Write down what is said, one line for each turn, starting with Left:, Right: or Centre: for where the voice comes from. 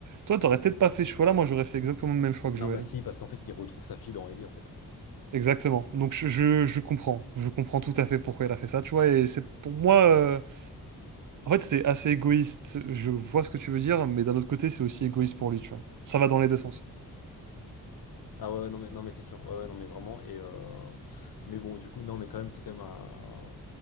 Right: Toi, t'aurais peut-être pas fait ce choix-là, moi, j'aurais fait exactement le même choix que
Left: Non,
Right: Joël.
Left: bah si, parce qu'en fait, il retrouve sa fille dans Ellie, en fait.
Right: Exactement. Donc je, je, je comprends. Je comprends tout à fait pourquoi elle a fait ça, tu vois. Et c'est pour moi, euh, en fait, c'est assez égoïste. Je vois ce que tu veux dire, mais d'un autre côté, c'est aussi égoïste pour lui, tu vois. Ça va dans les deux sens.
Left: Ah ouais, ouais, non mais non mais c'est sûr. Ouais, ouais, non mais vraiment et euh, mais bon du coup non mais quand même c'est quand même un,